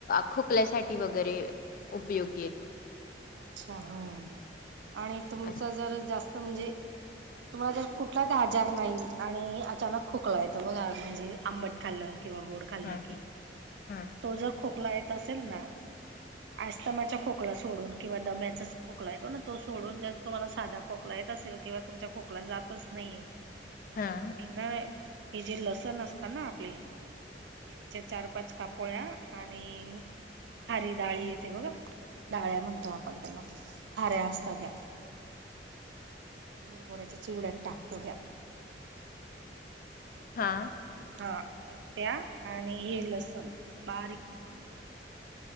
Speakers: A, on the left; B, on the right.
A: खोकल्यासाठी..... वगैरे उपयोगी येतो.
B: अच्छा हा आणि तुमच
A: असं
B: जर जास्त म्हणजे.. तुम्हाला जर कुठलाच आजार नाही आणि अचानक खोकला येत बघा म्हणजे आंबट खाल्ल.... किंवा गोड खाल्ल
A: हां
B: कि
A: हां हां
B: तो जो खोकला... खोकला येत असेल ना आस्थमाच्या खोकला सोडून... किंवा दम्याचाच खोकला येतो ना तो सोडून ज तुम्हाला साधा खोकला येत असेल किंवा तुमच्या खोकला जातच नाही.
A: हां
B: मग तुम्ही ना हे जे लसण असता ना आपले... यांच्या चार पाच कापोळ्या आणि.... खारी डाळी येते बघा डाळ्या म्हणतात. आपण त्यांना खाऱ्या असत त्या... मुरमऱ्याच्या चिवड्यात टाकतो त्या....
A: हा....
B: हा त्या आणि हे लसण बारीक कुठून यायच्या..